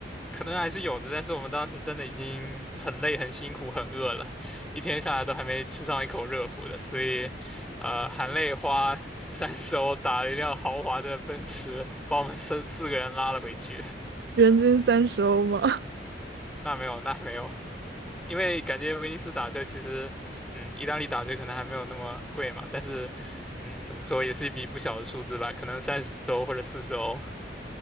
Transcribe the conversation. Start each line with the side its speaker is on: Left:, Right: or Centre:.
Centre: 可能还是有的，但是我们当时真的已经很累、很辛苦、很饿了，一天下来都还没吃上一口热乎的，所以，呃，含泪花三十欧打了一辆豪华的奔驰，把我们四四个人拉了回去。<laughs>
Right: 人均三十欧吗？
Centre: 那没有，那没有，因为感觉威尼斯打车其实，嗯，意大利打车可能还没有那么贵嘛，但是，嗯，怎么说也是一笔不小的数字吧，可能三十欧或者四十欧。